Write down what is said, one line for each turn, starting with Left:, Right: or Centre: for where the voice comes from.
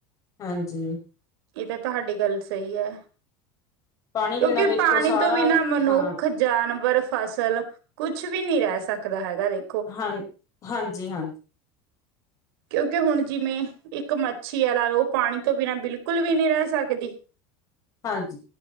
Left: ਹਾਂਜੀ
Right: ਇਹ ਤਾਂ ਤੁਹਾਡੀ ਗੱਲ ਸਹੀ ਐ,
Left: ਪਾਣੀ
Right: ਕਿਉਂਕਿ
Left: ਪੀਣਾ ਦੇਖੋ
Right: ਪਾਣੀ
Left: ਸਾਰਾ
Right: ਤੋਂ ਬਿਨਾਂ ਮਨੁੱਖ
Left: ਹਾਂ
Right: ਜਾਨਵਰ ਫ਼ਸਲ, ਕੁਛ ਵੀ ਨਹੀਂ ਰਹਿ ਸਕਦਾ ਹੈਗਾ ਰੇ
Left: ਹਨ, ਹਾਂਜੀ ਹਨ।
Right: ਕਿਉਂਕਿ ਹੁਣ ਜਿਮੇਂ, ਇੱਕ ਮੱਛੀ ਐ ਲਾ ਲੋ ਉਹ ਪਾਣੀ ਤੋਂ ਬਿਨਾਂ ਬਿਲਕੁਲ ਵੀ ਨੀਂ ਰਹਿ ਸਕਦੀ।
Left: ਹਾਂਜੀ।